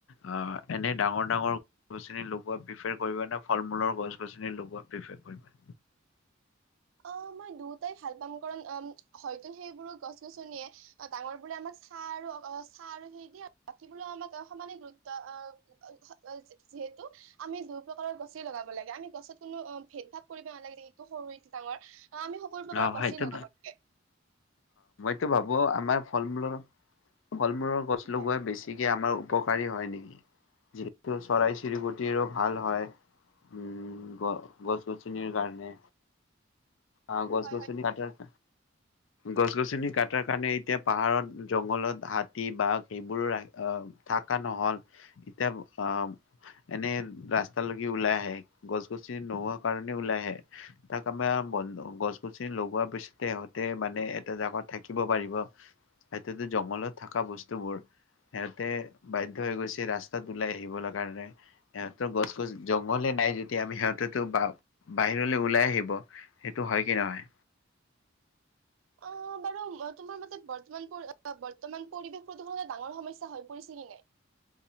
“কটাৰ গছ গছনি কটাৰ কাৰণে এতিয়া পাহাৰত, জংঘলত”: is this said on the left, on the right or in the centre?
Left